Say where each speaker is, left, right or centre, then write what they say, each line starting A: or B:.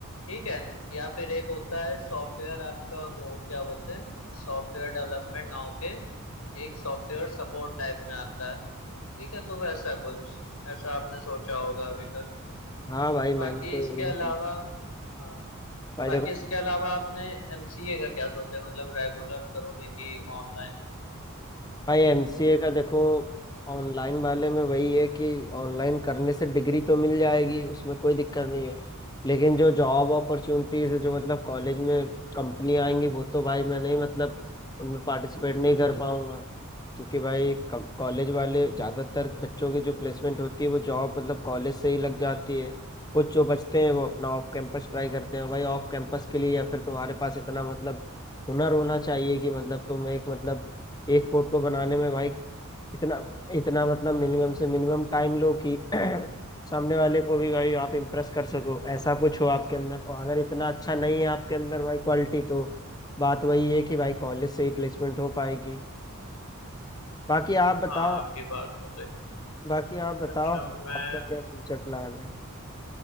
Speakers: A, on the left (about 85°); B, on the left (about 20°).
A: ठीक है या फिर एक होता है सॉफ्टवेयर आपका वो क्या बोलते हैं सॉफ्टवेयर डेवलपमेंट ना होके एक सॉफ्टवेयर सपोर्ट टाइप में आता है ठीक है तो वैसा कुछ ऐसा आपने सोचा होगा अभी तक
B: हाँ भाई मैंने
A: बाकी
B: तो
A: इसके
B: यही-
A: अलावा हाँ
B: भाई
A: बाकी
B: देखो
A: इसके अलावा आपने एमसीए का क्या सोचा है? मतलब रेगुलर करोगे कि ऑनलाइन
B: भाई एमसीए का देखो ऑनलाइन वाले में वही है कि ऑनलाइन करने से डिग्री तो मिल जाएगी उसमें कोई दिक्कत नहीं है लेकिन जो जॉब अपॉर्चुनिटीज है जो मतलब कॉलेज में कंपनी आएंगी वो तो भाई मैं नहीं मतलब उनमें पार्टिसिपेट नहीं कर पाऊंगा क्योंकि भाई कॉलेज वाले ज़्यादातर बच्चों की जो प्लेसमेंट होती है वो जॉब मतलब कॉलेज से ही लग जाती है कुछ जो बचते हैं वो अपना ऑफ कैंपस ट्राई करते हैं भाई ऑफ कैंपस के लिए या फिर तुम्हारे पास इतना मतलब हुनर होना चाहिए कि मतलब तुम एक मतलब एक कोट को बनाने में भाई इतना इतना मतलब मिनिमम से मिनिमम टाइम लो कि <clears throat> सामने वाले को भी भाई आप इम्प्रेस कर सको ऐसा कुछ हो आपके अंदर और अगर इतना अच्छा नहीं है आपके अंदर भाई क्वालिटी तो बात वही है कि भाई कॉलेज से ही प्लेसमेंट हो पाएगी बाकी आप बताओ
A: हाँ आपकी बात तो सही
B: बाकी आप बताओ
A: अच्छा मैं
B: आपका क्या फ्यूचर प्लान है